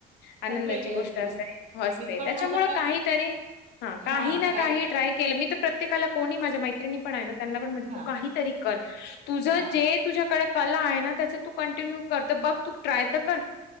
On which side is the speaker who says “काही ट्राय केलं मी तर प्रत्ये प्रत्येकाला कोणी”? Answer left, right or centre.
Left